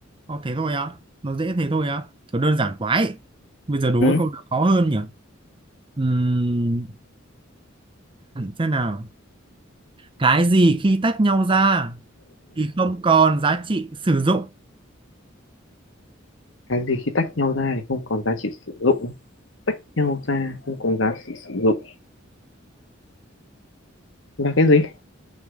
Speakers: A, on the right; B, on the left.
A: Ồ, thế thôi á nó dễ thế thôi á kiểu đơn giản quá ấy. bây giờ đố
B: ừ.
A: cái câu nào khó hơn nhỉ Ừm, xem nào cái gì khi tách nhau ra thì không còn giá trị sử dụng
B: cái gì khi tách nhau ra thì không còn giá trị sử dụng nhau ra không có giá trị sử dụng là cái gì